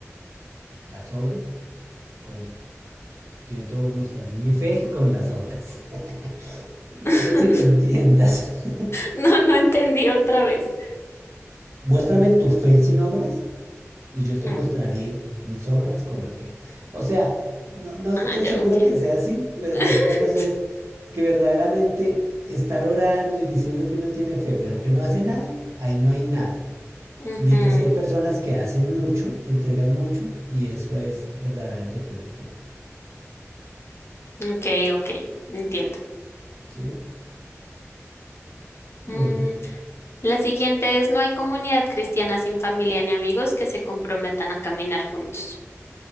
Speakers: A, on the right (about 65°); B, on the left (about 55°).
A: las obras con... Que yo te voy a mostrar mi fe con las obras. <laughs> No
B: <laughs>
A: sé si lo entiendas.
B: No, no entendí otra vez.
A: Muéstrame tu fe sin obras y yo
B: Ujú.
A: te mostraré mis obras con la fe. O sea, no, no estoy
B: Ah, ya,
A: seguro
B: ok.
A: que sea así,
B: <laughs>
A: pero más o menos es que verdaderamente estar orando y diciendo que uno tiene fe, pero que no hace nada, ahí no hay nada.
B: Ujú,
A: Mientras que hay personas que hacen mucho, entregan mucho, y eso es verdaderamente tener fe.
B: Ok, ok, entiendo.
A: Sí, bueno,
B: Mm, la siguiente es, no hay comunidad cristiana sin familia ni amigos que se comprometan a caminar juntos.